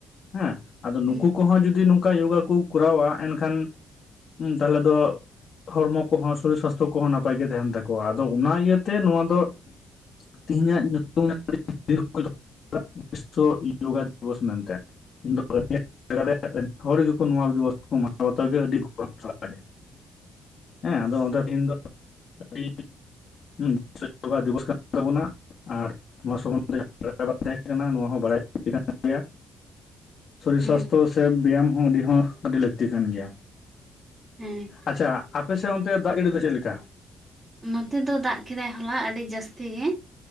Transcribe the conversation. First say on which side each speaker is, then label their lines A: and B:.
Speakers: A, on the left (about 50°); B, on the right (about 30°).
A: ᱦᱮᱸ᱾ ᱟᱫᱚ ᱱᱩᱠᱩ
B: ᱦᱩᱸ
A: ᱠᱚᱦᱚᱸ ᱡᱩᱫᱤ ᱱᱚᱝᱠᱟ ᱭᱳᱜᱟ ᱠᱚ ᱠᱚᱨᱟᱣᱟ ᱮᱱᱠᱷᱟᱱ ᱛᱟᱦᱞᱮ ᱫᱚ ᱦᱚᱲᱢᱚ ᱠᱚᱦᱚᱸ ᱥᱚᱨᱤᱨ ᱥᱟᱥᱛᱷᱚ ᱠᱚᱦᱚᱸ ᱱᱟᱯᱟᱭ ᱜᱮ ᱛᱟᱦᱮᱱ ᱛᱟᱠᱚᱣᱟ᱾ ᱟᱫᱚ ᱚᱱᱟ ᱤᱭᱟᱹ ᱛᱮ ᱱᱚᱣᱟ ᱫᱚ ᱛᱤᱦᱤᱧᱟᱜ <unintelligible> <unintelligible> ᱭᱳᱜᱟ ᱫᱤᱵᱚᱥ ᱢᱮᱱᱛᱮ᱾ <unintelligible> ᱟᱹᱰᱤ ᱦᱚᱲ ᱜᱮᱠᱚ ᱱᱚᱣᱟ ᱫᱤᱵᱚᱥ ᱠᱚ ᱢᱟᱱᱟᱣ ᱵᱟᱛᱟᱣ ᱜᱮᱭᱟ ᱟᱹᱰᱤ ᱜᱚᱨᱚᱵᱽ ᱥᱟᱞᱟᱜ ᱜᱮ᱾ ᱦᱮᱸ ᱟᱫᱚ ᱚᱸᱰᱮ ᱛᱤᱦᱤᱧ ᱫᱚ ᱟᱹᱰᱤ ᱦᱩᱸ, ᱵᱤᱥᱥᱚ ᱡᱚᱜᱟ ᱫᱤᱵᱚᱥ ᱠᱟᱱ ᱛᱟᱵᱚᱱᱟ᱾ ᱟᱨ ᱱᱚᱣᱟ ᱥᱚᱢᱚᱱᱫᱷᱮ ᱵᱟᱲᱟᱭ ᱵᱟᱝ ᱛᱟᱦᱮᱸ ᱠᱟᱱᱟ ᱱᱚᱣᱟ ᱦᱚᱸ ᱵᱟᱲᱟᱭ ᱞᱟᱹᱠᱛᱤ ᱠᱟᱱ ᱜᱮᱭᱟ᱾ ᱥᱚᱨᱤᱨ
B: ᱦᱩᱸ
A: ᱥᱟᱥᱛᱷᱚ ᱥᱮ ᱵᱮᱭᱟᱢ ᱦᱚᱸ ᱟᱹᱰᱤ ᱦᱚᱸ ᱟᱹᱰᱤ ᱞᱟᱹᱠᱛᱤ ᱠᱟᱱ ᱜᱮᱭᱟ᱾
B: ᱦᱩᱸ᱾
A: ᱟᱪᱪᱷᱟ ᱟᱯᱮᱥᱮᱫ ᱚᱱᱛᱮ ᱫᱟᱜ ᱡᱟᱹᱲᱤ ᱫᱚ ᱪᱮᱫ ᱞᱮᱠᱟ?
B: ᱱᱚᱛᱮ ᱫᱚ ᱫᱟᱜ ᱠᱮᱫᱟᱭ ᱦᱚᱞᱟ ᱟᱹᱰᱤ ᱡᱟᱹᱥᱛᱤ ᱜᱮ᱾